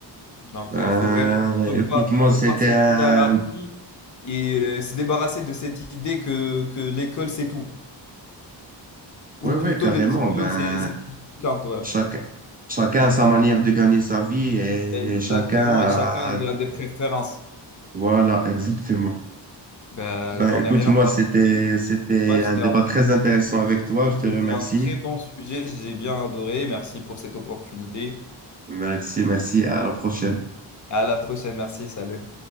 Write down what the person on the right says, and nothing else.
Ben,
écoute-moi,
c'était
un...
Oui,
oui,
carrément.
Ben,
Chacun, chacun a sa manière de gagner sa vie et
chacun a...
Voilà, <laughs> exactement.
Ben,
écoute,
moi,
c'était,
c'était
un débat
très intéressant avec toi. Je te
remercie.
Merci, merci. À la prochaine.